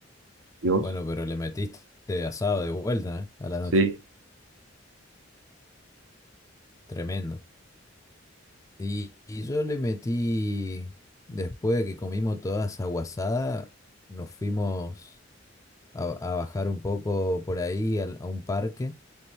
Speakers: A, on the right (about 75°); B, on the left (about 15°).
A: ¿Y vos?
B: Bueno, pero le metiste asado de vuelta, ¿eh? a la noche.
A: Sí.
B: Tremendo. Y, y yo le metí, después de que comimos toda esa guasada, nos fuimos a, a bajar un poco por ahí al- a un parque